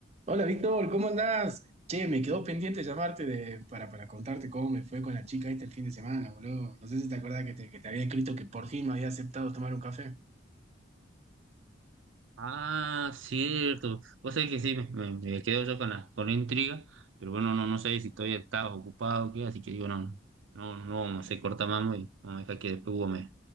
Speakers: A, on the right (about 35°); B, on the right (about 85°).
A: Hola Víctor, ¿cómo andás? Che, me quedó pendiente llamarte de, para, para contarte cómo me fue con la chica esta el fin de semana, boludo. No sé si te acordás que te, que te había escrito que por fin me había aceptado tomar un café.
B: Ah, cierto. Vos sabés que sí, me, me- me quedo yo con la, con la intriga, pero bueno, no, no sé si todavía estás ocupado o qué, así que digo, no, no, no, vamos a hacer cortamamo y vamos a dejar que después Hugo me,